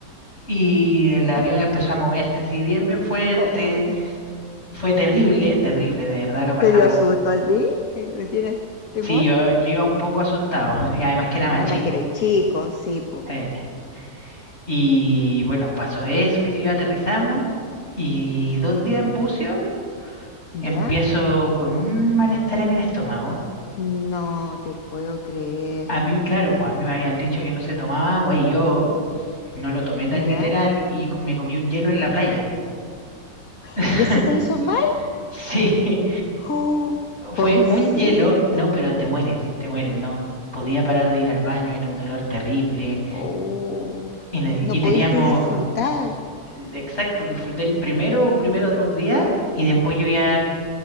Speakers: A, on the left (about 40°); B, on the left (about 55°).
A: y el avión
B: ¿Ya?
A: empezó a moverse así bien, bien fuerte.
B: Oh, qué-
A: Fue terrible, terrible, de verdad lo pasamos.
B: ¿Te dio susto a ti? ¿Y ¿Tienes temor?
A: Sí, yo, yo iba un poco asustado y además que era más
B: Además
A: chico.
B: que erais chicos, sí, pues.
A: eh. Y bueno, pasó eso, que si yo aterrizamos y dos días en buceo
B: ¿Ya?
A: empiezo con un malestar en el estómago
B: No te puedo creer.
A: A mí, claro, pues a mí me habían dicho que no se tomaba agua y yo no lo tomé tan
B: ¿Ya?
A: literal y co- me comí un hielo en la playa. <laughs>
B: ¿Y eso te hizo mal?
A: Sí,
B: Oh,
A: fue
B: pobrecito.
A: un hielo, no, pero te mueres, te mueres, no. Podía parar de ir al baño, era un dolor terrible
B: Oh,
A: y, ne-
B: no
A: y teníamos,
B: pudiste disfrutar.
A: exacto, disfruté el primero, primeros dos días y después yo ya